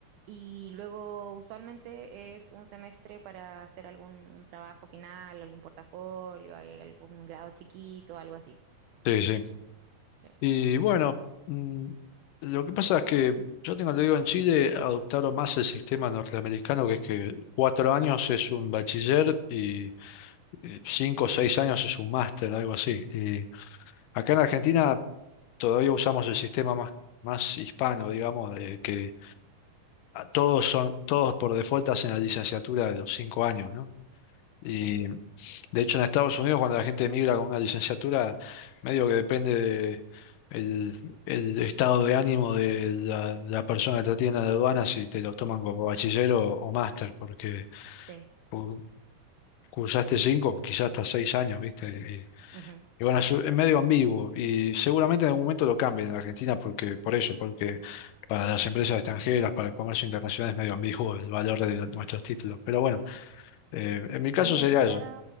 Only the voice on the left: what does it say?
sí, sí.
Y bueno, mm, lo que pasa es que yo tengo te digo en Chile adoptaron más el sistema norteamericano, que es que cuatro años es un bachiller y eh, cinco o seis años es un máster, algo así. Y acá en Argentina... todavía usamos el sistema más, más hispano, digamos, de que todos son, todos por default hacen la licenciatura de los cinco años, ¿no? Y
de hecho en Estados Unidos cuando la gente emigra con una licenciatura, medio que depende de el, el estado de ánimo de la, la persona que te atiende en la aduana, si te lo toman como bachiller o, o máster, porque
cu- cursaste cinco, quizás hasta seis años, ¿viste?
Y bueno, es es medio ambiguo y seguramente en algún momento lo cambien en Argentina porque, por eso, porque para las empresas extranjeras, para el comercio internacional es medio ambiguo el valor de lo- nuestros títulos. Pero bueno, eh, en mi caso
sería
eso,